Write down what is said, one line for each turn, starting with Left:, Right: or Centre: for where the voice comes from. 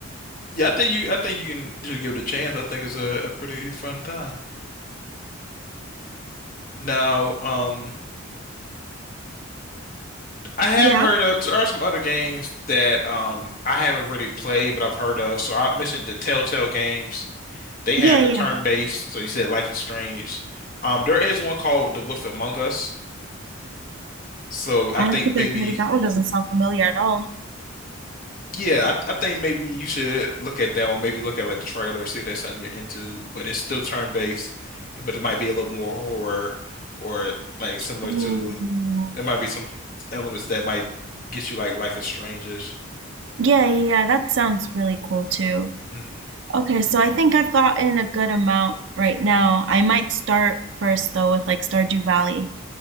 Left: Yeah, I think you, I think you can just give it a chance. I think it's a, a pretty fun time. Now, um, I have
Right: Yeah.
Left: heard of, there are some other games that um I haven't really played, but I've heard of. So I mentioned the Telltale games. They
Right: Yeah,
Left: have
Right: yeah.
Left: the turn-based, so you said Life is Strange. Um, there is one called The Wolf Among Us. So I
Right: I
Left: think
Right: don't think
Left: maybe,
Right: I've heard of that one. Doesn't sound familiar at all.
Left: yeah, I, I think maybe you should look at that one. Maybe look at like the trailer, see if that's something you're into. But it's still turn-based, but it might be a little more horror or like similar
Right: Mm.
Left: to, there might be some elements that might get you like Life is Strange-ish.
Right: Yeah, yeah, yeah, that sounds really cool too.
Left: Mhm.
Right: Okay, so I think I've gotten a good amount right now. I might start first though with like Stardew Valley.